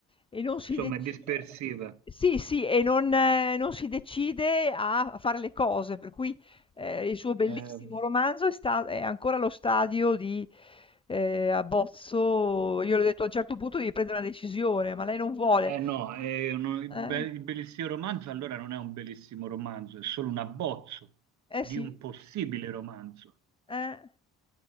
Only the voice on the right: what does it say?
Insomma,
è dispersiva.
Eh,
eh no, è uno- il
be- il bellissimo romanzo allora non è un bellissimo romanzo, è solo un abbozzo
di
un possibile romanzo.